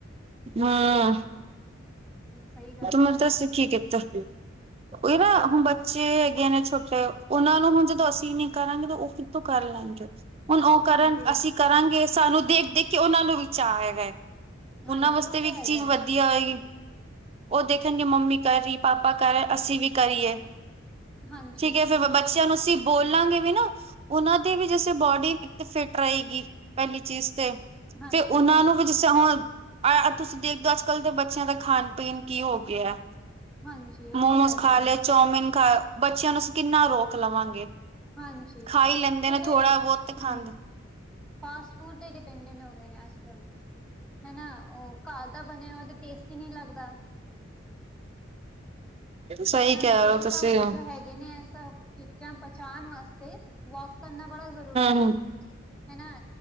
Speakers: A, on the right; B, in the centre.
A: ਹੰ
B: ਸਹੀ ਗੱਲ
A: ਤ ਮੈਂ
B: ਹੈ।
A: ਤਾਂ ਸਿੱਖੀ ਕਿਥੋ ਔਰਾ ਨਾ ਹੁਣ ਬੱਚੇ ਹੈਗੇ ਆ ਨੇ ਛੋਟੇ ਉਹਨਾਂ ਨੂੰ ਹਨ ਜਦੋਂ ਅਸੀਂ ਨਹੀਂ ਕਰਾਂਗੇ ਤਾਂ ਉਹ ਕਿੱਥੋ ਕਰ ਲੈਣਗੇ ਹੁਣ ਉਹ ਕਰਨ
B: ਹਾਂਜੀ
A: ਅਸੀਂ ਕਰਾਂਗੇ ਸਾਨੂੰ ਦੇਖ ਦੇਖ ਕੇ ਉਹਨਾਂ ਨੂੰ ਵੀ ਚਾਅ ਹੈਗਾ ਏ ਉਹਨਾਂ
B: ਹਾਂਜੀ
A: ਵਾਸਤੇ
B: ਉਹ
A: ਵੀ
B: ਤੇ
A: ਇੱਕ
B: ਹੈਗਾ
A: ਚੀਜ਼
B: ਹੈ।
A: ਵਦੀਆ ਹੋਏਗੀ ਉਹ ਦੇਖਨਗੇ ਮੰਮੀ ਕਰ ਰਹੀ, ਪਾਪਾ ਕਰ ਰਹੇ ਅਸੀਂ ਵੀ ਕਰੀਏ।
B: ਹਾਂਜੀ
A: ਠੀਕ ਹੈ, ਫੇਰ ਬੱਚਿਆਂ ਨੂੰ ਅਸੀਂ ਬੋਲਾਂਗੇ ਵੀ ਨਾ ਉਹਨਾਂ ਦੇ ਵੀ ਜੈਸੀ ਬੋਡੀ ਤੇ ਫਿੱਟ ਰਹੇਗੀ ਪਹਿਲੀ ਚੀਜ਼ ਤੇ
B: ਹਾਂਜੀ
A: ਫਿਰ ਉਹਨਾਂ
B: ਹਾਂਜੀ
A: ਨੂੰ ਵੀ ਤੇ ਹੁਨ ਤੁਸੀਂ ਦੇਖਦੇ ਹੋ ਅੱਜ ਕੱਲ ਦੇ ਬੱਚਿਆਂ ਦਾ ਖਾਨ ਪੀਨ ਕੀ ਹੋ ਗਿਆ
B: ਹਾਂਜੀ ਉਹ
A: ਮੋਮੋਸ
B: ਤੇ ਹੈਗਾ
A: ਖਾ ਲਏ, ਚੌਮਿਨ ਖਾ ਬੱਚਿਆਂ ਨੂੰ ਅਸੀ ਕਿੰਨਾ ਰੋਕ ਲਵਾਂਗੇ
B: ਹਾਂਜੀ,
A: ਖਾ ਹੀ ਲੈਂਦੇ
B: ਬੱਚੇ
A: ਨੇ ਥੋੜਾ
B: ਤੇ ਹੰ
A: ਬਹੁਤ ਤੇ ਖਾਂਦੇ
B: ਫਾਸਟ ਫੂਡ ਤੇ ਡਿਪੈਂਡੈਂਨ ਹੋ ਗਏ ਨੇ ਅੱਜ ਕੱਲ ਹੈਨਾ। ਉਹ ਘਰ ਦਾ ਬਨਿਆ ਹੋਇਆ ਤੇ ਟੇਸਟੀ ਨਹੀਂ ਲੱਗਦਾ।
A: ਸਹੀ
B: ਹੈਨਾ
A: ਕਹਿ ਰਹੇ
B: ਤੇ ਉਹ
A: ਹੋ ਤੁਸੀਂ
B: ਸਬ
A: ਹੂੰ
B: ਜੋ ਹੈਗੇ ਨੇ ਇਹ ਸਬ ਚੀਜ਼ਾਂ ਪਚਾਨ ਵਾਸਤੇ ਵੋਕ ਕਰਨਾ ਬੜਾ ਜ਼ਰੂਰੀ
A: ਹੂੰ
B: ਏ ਹੈਨਾ,